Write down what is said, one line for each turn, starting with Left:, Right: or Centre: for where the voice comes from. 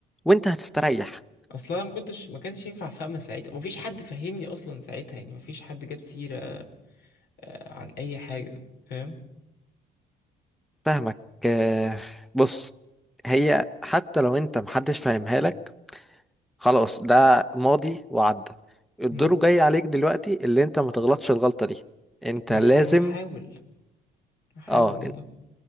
Centre: وأنت هتستريح
Left: اصلا انا ما كنتش ما كانش ينفع افهمها ساعتها مفيش حد فهمني اصلا ساعتها يعني مفيش حد جاب سيرة آه، عن اي حاجة فاهم
Centre: فاهمك آه، بص هي حتى لو أنت محدش فاهمها لك خلاص ده ماضي وعدى الدور
Left: مم.
Centre: جاي عليك دلوقتي اللي أنت ما تغلطش الغلطة دي أنت
Left: بح-
Centre: لازم
Left: هحاول هحاول
Centre: اه
Left: والله